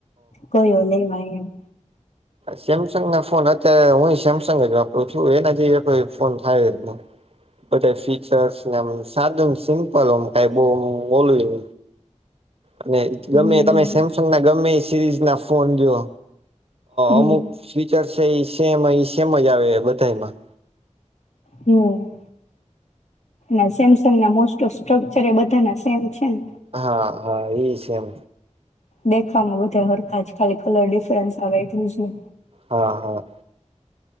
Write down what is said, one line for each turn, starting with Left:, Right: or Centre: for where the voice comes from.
Left: કયો લેવાય એમ?
Right: સેમસંગના ફોન અત્યારે હું સેમસંગ જ વાપરું છું, એના જ કોઈ ફોન થાય જ નહીં. બધા ફીચર્સને એમ સાદું સિમ્પલ કંઈ બહુ ઓલું અને
Left: હમ
Right: ગમે તમે સેમસંગ ના ગમે સિરીઝ ના ફોન લ્યો,
Left: હમ
Right: અમુક સ્વીચર છે, એસેમ એસેમજ આવે બધામાં,
Left: હું અને સેમસંગ ના મોસ્ટઓફસ્ટ્રકચર એ બધાના સેમ છે, ને?
Right: હા, હા, ઈ સેમ,
Left: દેખાવમાં બધા સરખા ખાલી કલર ડિફરન્સ આવે એટલુંજને.
Right: હા, હા.